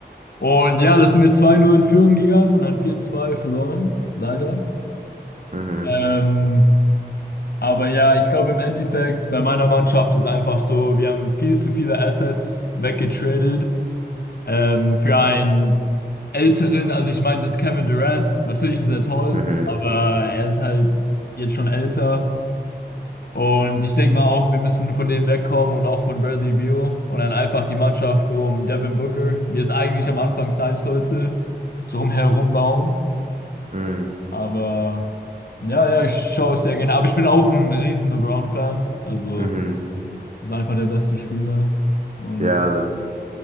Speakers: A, on the left (about 60°); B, on the right (about 40°).
A: Und ja, da sind wir 2-0 in Führung gegangen und dann 4-2 verloren, leider.
B: Mhm,
A: Ähm, aber ja, ich glaube im Endeffekt, bei meiner Mannschaft ist einfach so, wir haben viel zu viele Assets weggetradet ähm, für einen älteren, also ich meine, das ist Kevin Durant, natürlich ist er toll,
B: mhm,
A: aber er ist halt jetzt schon älter. Und ich denke mal auch, wir müssen von dem wegkommen und auch von Bradley Beal und dann einfach die Mannschaft um Devin Booker, wie es eigentlich am Anfang sein sollte, drum herum bauen.
B: mhm,
A: Aber ja, ja, ich schaue es sehr gerne. Aber ich bin auch ein riesen LeBron-Fan. Also,
B: mhm.
A: ist einfach der beste Spieler. Und
B: Ja, das